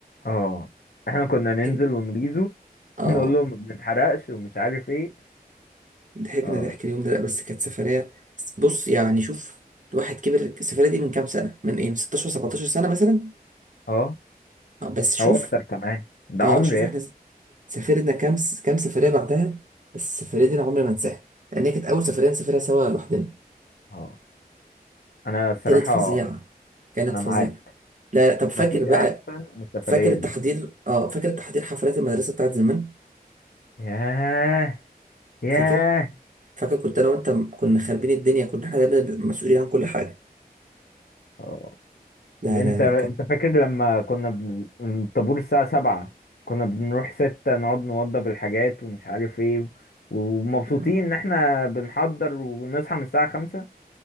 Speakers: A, on the left; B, on the right.
A: اه احنا كنا ننزل
B: حاجة-
A: ونغيظه
B: اه
A: ونقول لهم ما بنتحرقش ومش عارف ايه
B: ضحكنا
A: اه
B: ضحك اليوم ده لا بس كانت سفرية بص يعني شوف الواحد كبر السفرية دي من كام سنة من ايه من 16 17 سنة مثلا
A: اه
B: آه، بس شوف
A: او اكتر كمان ده
B: اه
A: عمر
B: شوف
A: يا
B: احنا
A: ابني
B: سافرنا كام س- كام سفرية بعدها بس السفرية دي انا عمري ما انساها لان هي كانت اول سفرية نسافرها سوا لوحدنا
A: اه انا الصراحه
B: كانت فظيعة كانت
A: انا
B: فظيعة
A: معاك
B: لا طب فاكر
A: مفيش
B: بقى
A: احسن من السفريه
B: فاكر التحضير
A: دي
B: اه فاكر التحضير حفلات المدرسة بتاعت زمان
A: ياه ياه
B: فاكر فاكر كنت انا وانت م- كنا خاربين الدنيا كنا احنا دايما مسؤولين عن كل حاجة
A: اه
B: لا
A: انت
B: لا لا
A: انت فاكر لما كنا بن... الطابور الساعه سبعة كنا بنروح ستة نقعد نوضب الحاجات ومش عارف ايه ومبسوطين
B: كانت
A: ان احنا بنحضر ونصحى من الساعه خمسة